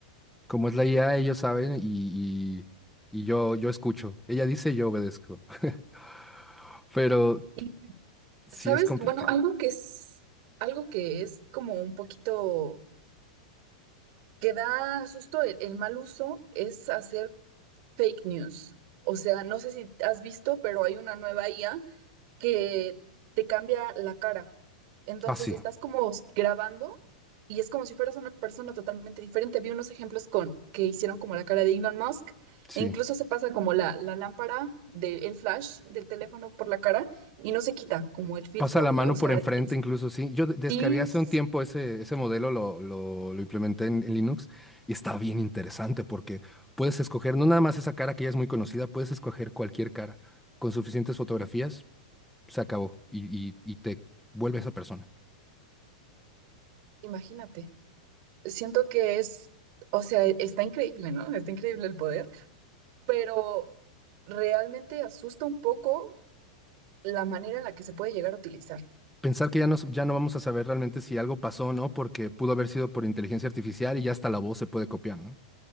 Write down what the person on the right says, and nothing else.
Y,
¿sabes?
Bueno, algo que es, algo que es como un poquito que da susto el, el mal uso es hacer fake news. O sea, no sé si has visto, pero hay una nueva IA que te cambia la cara. Entonces
estás como grabando y es como si fueras una persona totalmente diferente. Vi unos ejemplos con que hicieron como la cara de Elon Musk
e incluso se pasa como la, la lámpara del flash del teléfono por la cara y no se quita como el filtro.
O sea,
es-
sí,
es-
imagínate. Siento que es, o sea, está increíble, ¿no? Está increíble el poder, pero realmente asusta un poco la manera en la que se puede llegar a utilizar.